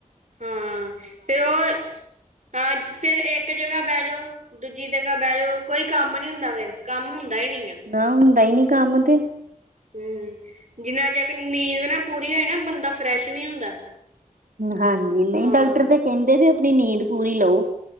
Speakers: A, on the right (about 60°); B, on the right (about 80°).
A: ਹਾਂ, ਫਿਰ ਉਹ, ਹਾਂ ਫਿਰ ਇੱਕ ਜਗ੍ਹਾ ਬਹਿ ਜਾਓ। ਦੂਜੀ ਦਗ੍ਹਾ ਬਹਿ ਜਾਓ। ਕੋਈ ਕੰਮ ਨੀ ਹੁੰਦਾ ਫਿਰ, ਕੰਮ ਹੁੰਦਾ ਹੀ ਨਹੀਂ ਐ।
B: ਨਾ ਹੁੰਦਾ ਈ ਨੀ ਕੰਮ ਤੇ।
A: ਹਮ, ਜਿੰਨਾ ਚੱਕ ਨੀਂਦ ਨਾ ਪੂਰੀ ਹੋਏ ਨਾ, ਬੰਦਾ ਫਰੈਸ਼ ਨੀ ਹੁੰਦਾ।
B: ਹਾਂਜੀ, ਨਹੀਂ
A: ਹਾਂ
B: ਡਾਕਟਰ ਤਾਂ ਕਹਿੰਦੇ ਵੀ ਆਪਣੀ ਨੀਂਦ ਪੂਰੀ ਲਓ।